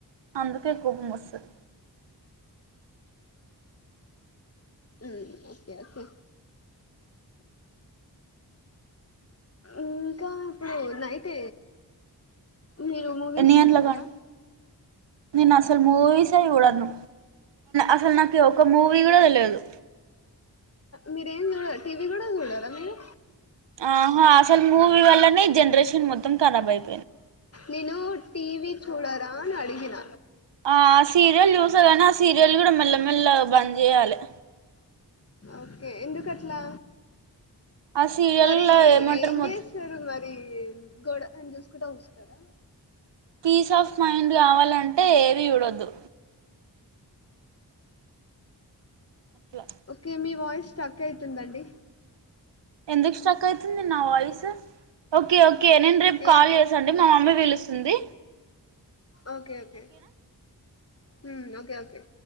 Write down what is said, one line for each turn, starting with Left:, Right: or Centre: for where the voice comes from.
Right: అందుకే కోపం వస్తది
Left: మ్మ్ ఓకే ఓకే ఇంకా ఇప్పుడు నైట్ మీరు మూవీస్
Right: ఎన్ని
Left: చూస్తారా
Right: గంటలకు అం నేను అసలు మూవీస్ ఎ చూడను అస్సలు నాకు ఒక మూవీ కూడా తెలువదు
Left: మీరు ఎం చూడరా టీవీ కూడా చూడరా మీరు
Right: ఆహా అసలు మూవీ వల్లనే జనరేషన్ మొత్తం ఖరాబ్ అయిం
Left: నేను టీ వి చూడరా అని అడిగిన
Right: ఆ సీరియల్ చుస్ స్తా గాని ఆ సీరియల్ కూడా మెల్లా మెల్లాగా బంద్ చేయాలే
Left: ఒకే ఎందుకు అట్లా
Right: ఆ సీరియల్లో
Left: మరి
Right: ఏమంటారు
Left: ఏం
Right: మొత్తం
Left: చేస్తరు మరి గొడలని చూసుకుంటా కుసుంటరా
Right: పీస్ ఆఫ్ మైండ్ కావాలంటే ఏవీ చూడొద్దు అట్లా
Left: ఓకే మీ వాయిస్ స్ట్రక్ ఆయితుందండి
Right: ఎందుకు స్ట్రక్ ఆయిత్ స్తుంది నా వాయిస్ ఒకే ఒకే నేను రేపు కాల్
Left: ఏమో
Right: చేస్తా అండి మా మమ్మీ పిలుస్ స్తుంది
Left: ఒకే ఒకే హమ్ ఒక్ కే ఒకే